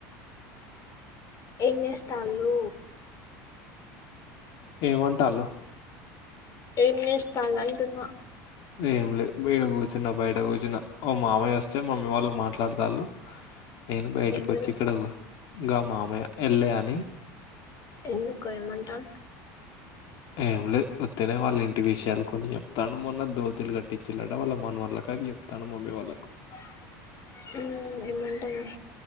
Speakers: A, on the left; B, on the left.
A: ఏం చేస్తలు
B: ఏం గొంటళు
A: ఏం చేస్తాల అంటూనా
B: ఏమి లేదు బయడ కూర్చున్న బయట కూర్చున మామయ వస్తే మమ్మీ వాళ్ళ మాట్లాడతళ్ళు నేను బయటకు
A: ఎవరు
B: వచ్చి ఇక్కడ ఇంకా మామయ్య వెళ్ళా అని
A: ఎందుకోయమంటాను
B: ఏం లేదు ఉతూనే వాళ్ళ ఇంటి విషయాలు కొని చెప్తాను మొన్న దోతిలు కట్టిచూడంట వాళ్ళ మనవల్ల క చెప్తాను మమ్మీ వాళ్ళలకు
A: <inaudible> ఏమంటుంది